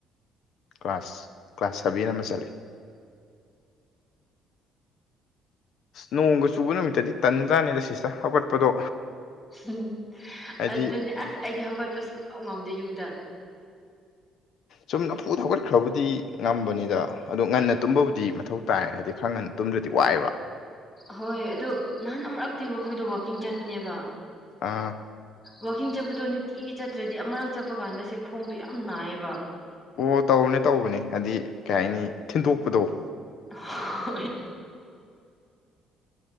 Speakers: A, on the left; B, on the left.
A: ꯀ꯭ꯂꯥꯁ ꯀ꯭ꯂꯥꯁ ꯁꯚꯦꯟ ꯑꯃ ꯆꯠꯂꯤ ꯅꯣꯡꯒ ꯆꯨꯕ ꯅꯨꯃꯤꯠꯇꯗꯤ ꯇꯟꯖ꯭ꯔꯥꯅꯤꯗ ꯁꯤꯁꯇ ꯍꯧꯒꯠꯄꯗꯣ
B: ꯎ
A: ꯍꯥꯏꯗꯤ
B: ꯑꯗꯨꯅꯦ ꯑꯁ ꯑꯩꯗꯤ ꯍꯧꯒꯠꯄ ꯁꯨꯡꯉꯝ ꯉꯝꯗꯦ ꯌꯨꯛꯇ
A: ꯁꯨꯝ ꯅꯐꯨ ꯊꯧꯒꯠꯈ꯭ꯔꯕꯨꯗꯤ ꯉꯝꯕꯅꯤꯗ ꯑꯗꯣ ꯉꯟꯅ ꯇꯨꯝꯕꯕꯨꯗꯤ ꯃꯊꯧ ꯇꯥꯏ ꯍꯥꯏꯗꯤ ꯈꯔ ꯇꯨꯝꯗꯔꯗꯤ ꯋꯥꯏꯑꯦꯕ
B: ꯍꯣꯏ ꯑꯗꯨ ꯅꯍꯥꯟ ꯑꯃꯨꯔꯛꯇꯤ ꯑꯩꯈꯣꯏꯗꯣ ꯋꯥꯛꯀꯤꯡ ꯆꯠꯄꯅꯦꯕ
A: ꯑꯥ
B: ꯋꯥꯛꯀꯤꯡ ꯆꯠꯄꯗꯣ ꯅꯨꯡꯇꯤꯒꯤ ꯆꯠꯇ꯭ꯔꯗꯤ ꯑꯃꯔꯛ ꯆꯠꯄ ꯀꯥꯟꯗ ꯁꯦ ꯈꯣꯡꯗꯣ ꯌꯥꯝ ꯅꯥꯏꯌꯦꯕ
A: ꯑꯣ ꯇꯧꯕꯅꯦ ꯇꯧꯕꯅꯦ ꯍꯥꯏꯗꯤ ꯀꯩ ꯍꯥꯏꯅꯤ ꯊꯤꯟꯗꯣꯛꯄꯗꯣ
B: ꯍꯣꯏ